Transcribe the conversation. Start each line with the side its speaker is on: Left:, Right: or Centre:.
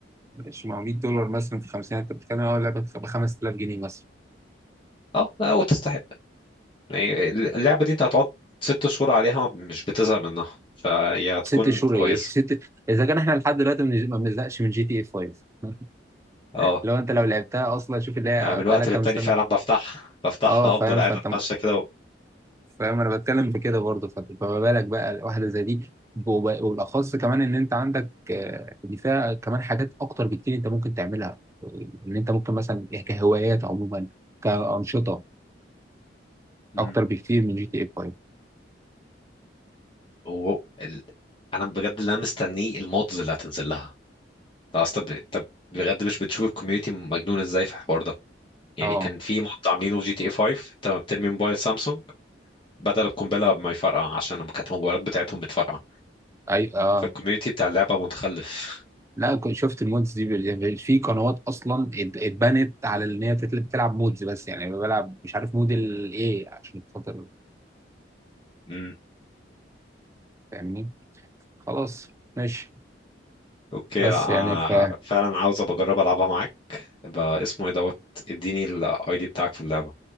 Right: مش ما هو 100 دولار مثلا في 50 انت بتتكلم اه اللعبه ب 5000 جنيه مثلا
Left: اه لا وتستحق يعني اللعبه دي انت هتقعد ست شهور عليها ما- مش بتزهق منها فهي هتكون
Right: ست شهور
Left: كويسه
Right: ايه <laughs> ست اذا كان احنا لحد دلوقتي من- ما بنزهقش من جي تي اي 5 <laughs>
Left: اه
Right: لو انت لو لعبتها اصلا شوف اللي هي
Left: أنا من وقت
Right: بقى لها كام
Left: للتاني
Right: سنه
Left: فعلا بفتحها بفتحها
Right: اه فاهم
Left: افضل قاعد
Right: فانت
Left: اتمشى كده و...
Right: فاهم انا بتكلم في كده برضه ف- فما بالك بقى واحده زي دي وب- وبالاخص كمان ان انت عندك آه، دي فيها كمان حاجات اكتر بكتير انت ممكن تعملها ان انت ممكن مثلا إيه، كهوايات عموما كانشطه
Left: مم.
Right: اكتر بكتير من جي تي اي 5
Left: و... ال... انا بجد اللي انا مستنيه المودز اللي هتنزل لها طب أصل طب طب بجد مش بتشوف الكوميونتي مجنون ازاي في الحوار ده يعني
Right: اه
Left: كان في مود عاملينه في جي تي اي 5 انت بترمي موبايل سامسونج بدل القنبله ما يفرقع عشان لما كانت الموبايلات بتاعتهم بتفرقع
Right: اي اه
Left: فالكوميونتي بتاع اللعبه متخلف
Right: لا كنت شفت المودز دي بال- يعني في قنوات اصلا ات- اتبنت على ان هي بتتل- بتلعب مودز بس يعني بلعب مش عارف مود الايه عشان خاطر
Left: امم
Right: فاهمني خلاص ماشي
Left: اوكي
Right: بس
Left: لا
Right: يعني
Left: آه،
Right: ف
Left: فعلا عاوز ابقى اجرب العبها معاك يبقى اسمه ايه دوت اديني الاي دي بتاعك في اللعبه